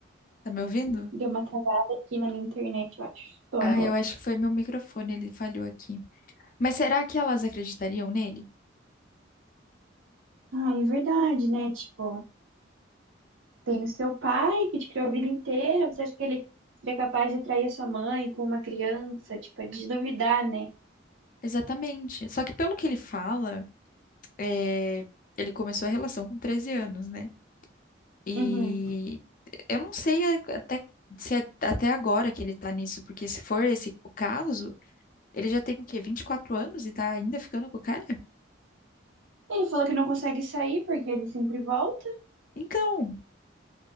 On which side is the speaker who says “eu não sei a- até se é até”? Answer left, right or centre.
Left